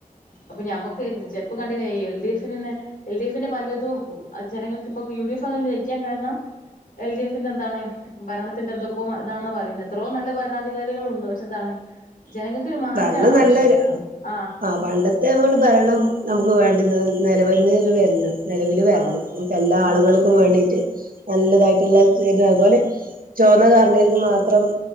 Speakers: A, on the left; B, on the right.
A: അപ്പൊ ഞമ്മക്ക് ജെപ്പ് കണ്ടില്ല എൽ ഡി എഫി തന്നെ എൽ ഡി എഫിന്റെ പലതും ജനങ്ങൾക്ക് ഇപ്പൊ യു ഡി എഫ് അങ് ജയിക്കാൻ കാരണം എൽ ഡി എഫിന്റെ എന്താണ് ഭരണത്തിന്റെഎന്തൊക്കോ അതാണ് പറയുന്നത് എത്രോ നല്ല ഭരണാധികാരികളുണ്ട് ണ്ട് പക്ഷെ എന്താണ് ജനങ്ങൾക്കൊരു മാറ്റാണ്
B: ഭരണം
A: ആവശ്യം
B: നല്ലരാ
A: ആഹ്
B: ആ പണ്ടത്തെ നമ്മൾ ഭരണം നമുക്ക് വേണ്ട നിലവിലിത് വന്ന മം നിലവില് വരണം
A: ആഹ്
B: നമുക്ക് എല്ലാ
A: ആഹ്
B: ആളുകൾക്കും വേണ്ടിട്ട് നല്ലതായിട്ടുള്ള അതുപോലെ ചോന്ന കാർഡ് കാർക്ക് മാത്രം